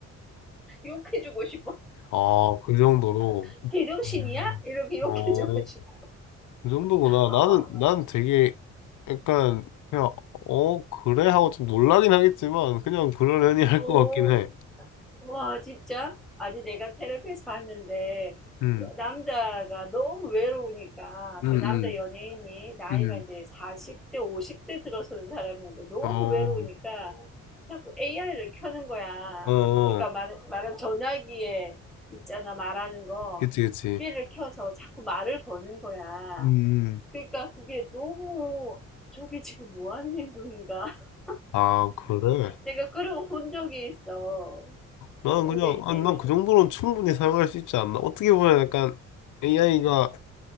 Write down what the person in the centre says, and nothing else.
욕해주고 싶어.
<laughs> 개정신이야?
이렇게 욕해주고
싶어.
어,
어.
와, 진짜? 아니, 내가 테레비에서 봤는데,
너- 남자가 너무 외로우니까,
그
남자 연예인이 나이가
이제 40대, 50대 들어서는 사람이었는데, 너무
외로우니까 자꾸 AI를 켜는 거야.
그러니까 말, 말한 전화기에 있잖아, 말하는 거.
걔를 켜서 자꾸 말을 거는 거야.
그러니까 그게 너무, 저게 지금 뭐 하는 행동인가? <laughs>
내가 끌어본 적이 있어.
어, 근데
이제
이게,